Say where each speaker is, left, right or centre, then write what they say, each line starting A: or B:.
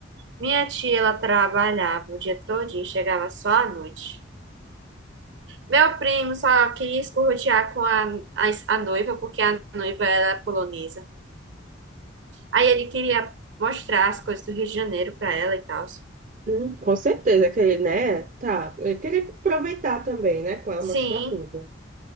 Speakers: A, on the right (about 65°); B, on the right (about 40°).
A: minha tia, ela trabalhava o dia todo e chegava só à noite. Meu primo só queria escorrotear com a, a, a noiva, porque a noiva era polonesa. Aí ele queria mostrar as coisas do Rio de Janeiro pra ela e tal.
B: Hum, com certeza que ele, né? Tá. Ele queria aproveitar também, né? Com ela
A: Sim.
B: mostrar tudo.